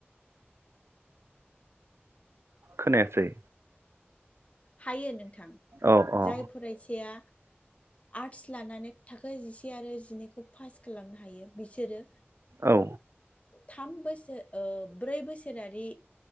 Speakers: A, on the right (about 85°); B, on the left (about 30°).
A: खोनायासै
B: हायो नों थां
A: औ औ
B: जाय फरायसाया आर्टस लानानै थाखो जिसे आरो जिनैखौ पास खालामनो हायो। बिसोरो
A: औ
B: थाम बोसोर ओ ब्रै बोसोरारि